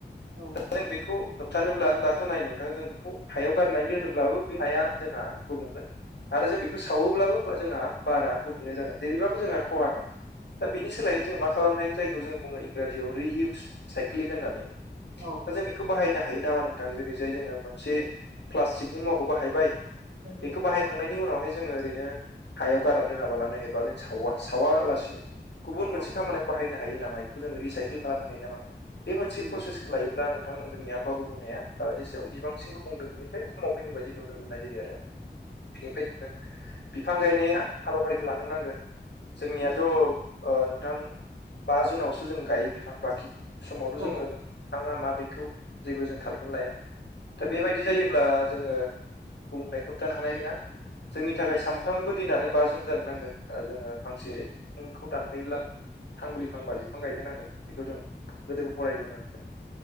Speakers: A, on the right; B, on the left.
A: औ
B: जों बेखौ होबथानोब्ला दाथ' नाय नोंथां जों बेखौ हायाव गारनानै दोनोब्लाबो बे हाया जोंहा गुबुंगोन आरो जों बेखौ सावोब्लाबो जोंहा बारा गुबुंले जागोन जेरैबाबो जोंहा खहा दङ दा बेनि
A: नंगौ
B: सोलायै जों मा खालामनाय जायखौ जों बुङो इंराजियाव रिइउस साइकलिक होननानै
A: औ
B: दा जों बेखौ बाहायनो हायो नामा नोंथां जेरै जाय जोङो मोनसे प्लास्टिकनि मुवाखौ बाहायबाय
A: नंगौ
B: बेखौ
A: औ नंगौ
B: बाहाय खांनायनि उनावहाय जोङो ओरैनो हायाव गारना दोनाबालानो एबा जों सावा सावालासिनो गुबुन
A: औ नंगौ
B: मोनसे खामानियाव बाहायनो हायो नामा बेखौ जोंङो रिसाइकेल खालामनो हायो नामा बे मोनसे
A: औ नंगौ
B: प्रसेसखौ लायो ना नोंथां जोंनि आबहावाखौ गुबुंनाया जेसेबां बांसिन गुबुंदों बेनिफ्राय खमाव फैगोन बायदि नुनो मोननाय जायो आरो बेनिफ्राय जोङो बिफां गायनाया हाबाफारिखौ लानो नांगोन जोंनियाथ'
A: औ औ
B: ओ नोंथां बा जुनावसो जों गायो बिफां बाखि समावथ'
A: नंगौ औ
B: जोङो बिफाङा मा बेखौ जेबो जों थालखौनो लाया दा
A: नंगौ
B: बेबायदि जायोब्ला जोङो गुबुंनायखौ होबथानो हानाय नोङा। जोंनि थाखाय सामफ्रोमबो दिनानो बा जुन जानो नांगोन जोङो फांसे बिफांखौ दानफायोब्ला फांब्रै फांबा बिफां गायदेर नांगोन बेखौ जों गोदोबो फरायबोनो मोनदों।